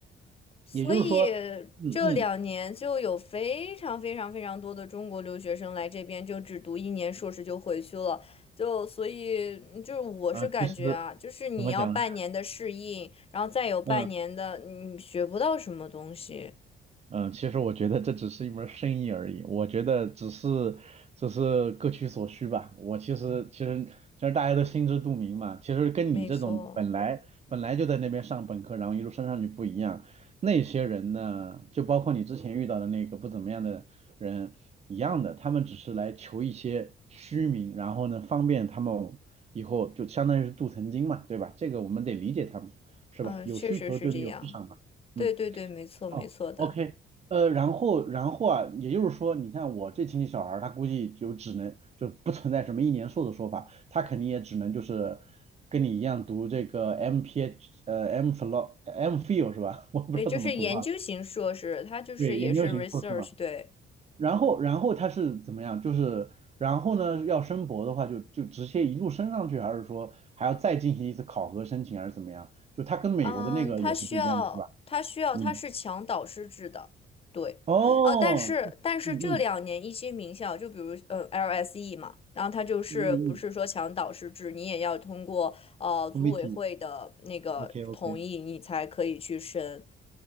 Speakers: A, on the left; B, on the right.
A: 所以
B: 也就是说，嗯嗯
A: 这两年就有非常非常非常多的中国留学生来这边，就只读一年硕士就回去了。就所以嗯就是我是感觉啊，
B: 啊，其实
A: 就是你要半年的适应，
B: 怎么讲呢？
A: 然后再有半年的你学不到什么东西。
B: 嗯。嗯，其实我觉得这只是一门儿生意而已，我觉得只是只是各取所需吧。我其实其实其实大家都心知肚明嘛。其实跟你这种本来本来就在那边上本科，
A: 没错。
B: 然后一路升上去不一样，那些人呢，就包括你之前遇到的那个不怎么样的人一样的，他们只是来求一些虚名，然后呢方便他们以后就相当于是镀层金嘛，对吧？这个我们得理解他们，是吧？
A: 嗯，
B: 有需求就得有市场嘛。
A: 确实是这样。对对对，
B: 嗯。
A: 没错没错的。
B: 哦，OK，呃，然后然后啊，也就是说，你像我这亲戚小孩儿，他估计就只能就不存在什么一年硕的说法，他肯定也只能就是跟你一样读这个 MPH 呃 M f h i l o M phil 是吧？<laughs> 我不知道怎么读啊，
A: 对，就是研究型硕士，它就是也是
B: 对，研究型硕士嘛。
A: research。对，
B: 然后然后他是怎么样？就是然后呢，要升博的话就就直接一路升上去，还是说还要再进行一次考核申请，还是怎么样？就他跟美国的那个也是不一样的，
A: 嗯，它需要它需要它是强导师制的。
B: 是吧？嗯，
A: 对，
B: 哦，
A: 哦，但是但是这两年一些名校，
B: 嗯嗯
A: 就比如嗯 LSE 嘛，然后它就是不是说强导师制，
B: 嗯嗯
A: 你也要通过呃组委会的那个同意，
B: 嗯，committee，OK，OK，OK，
A: 你才可以去申。